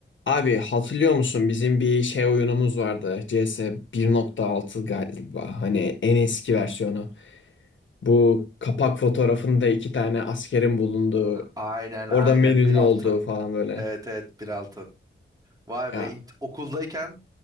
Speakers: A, on the left; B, on the right.
A: Abi hatırlıyor musun bizim bir şey oyunumuz vardı C S bir nokta altı galiba hani en eski versiyonu. Bu kapak fotoğrafında iki tane askerin bulunduğu
B: Aynen
A: orada
B: aynen
A: menünün
B: bir altı.
A: olduğu falan böyle.
B: Evet evet bir altı. Vay
A: Ya
B: be int- okuldayken